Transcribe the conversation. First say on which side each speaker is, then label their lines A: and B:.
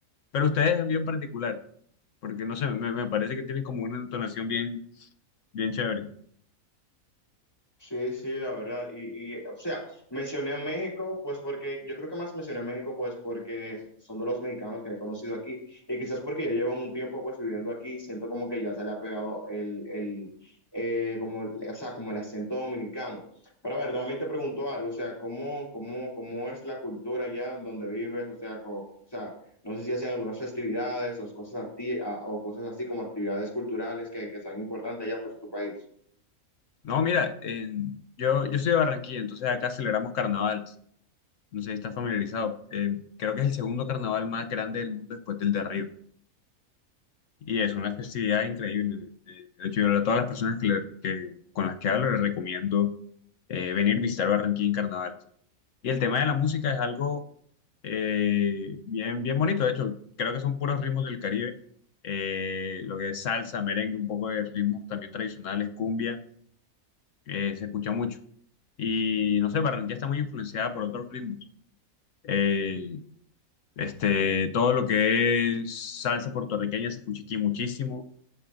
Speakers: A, on the left; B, on the left.
A: Pero ustedes es bien particular, porque no sé, me, me parece que tienen como una entonación bien, bien chévere.
B: Sí, sí, la verdad. Y, y, o sea, mencioné a México, pues porque yo creo que más mencioné a México, pues porque son de los mexicanos que he conocido aquí. Y quizás porque ya llevan un tiempo, pues viviendo aquí, siento como que ya se le ha pegado el, el eh, como, o sea, como el acento dominicano. Pero a ver, también te pregunto algo, o sea, ¿cómo, cómo, cómo es la cultura allá donde vives? O sea, co- o sea, no sé si hacen algunas festividades o cosas, a ti, a- o cosas así como actividades culturales que, que sean importantes allá, pues en tu país.
A: No, mira, en- yo, yo soy de Barranquilla, entonces acá celebramos carnavales. No sé si estás familiarizado. Eh, creo que es el segundo carnaval más grande del mundo después del de Río. Y es una festividad increíble. Eh, De hecho, yo a todas las personas que, le- que- con las que hablo les recomiendo eh, venir a visitar Barranquilla en carnavales. Y el tema de la música es algo eh, bien, bien bonito. De hecho, creo que son puros ritmos del Caribe. Eh, lo que es salsa, merengue, un poco de ritmos también tradicionales, cumbia, eh, se escucha mucho. Y no sé, Barranquilla está muy influenciada por otros ritmos. Eh, este, todo lo que es salsa puertorriqueña se escucha aquí muchísimo